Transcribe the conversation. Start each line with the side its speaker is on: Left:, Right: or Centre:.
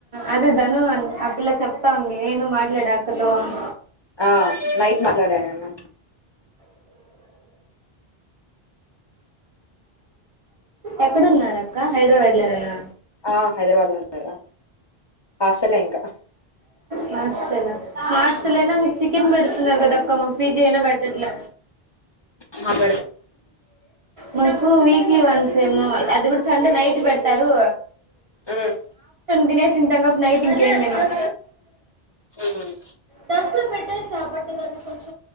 Right: అదే ధను అన్- ఆ పిల్ల చెప్తా ఉంది నేను మాట్లాడ అక్కతో అని
Left: ఆ నైట్ మాట్లాడాను అన్న.
Right: ఎక్కడున్నారు అక్క హైదరాబాద్ లోనేనా
Left: ఆ హైదరాబాద్ లోనే ఆశలే ఇంకా
Right: హాస్టల హాస్టలయినా
Left: మ్మ్.
Right: మీకు చికెన్ పెడత ఉన్నారు కదా అక్క మాకు పీజీ అయిన పెట్టట్ల
Left: అ
Right: మాకు వి వీక్లీ ఒన్ సెమ్ అది కూడా సండే నైట్ పెడతారు
Left: ఉమ్
Right: తినేసింతంగ నైట్ ఇంకేం తినం
Left: మ్మ్.
Right: డస్క్లొ పెట్టేస్ నా బట్టు తను ఉతో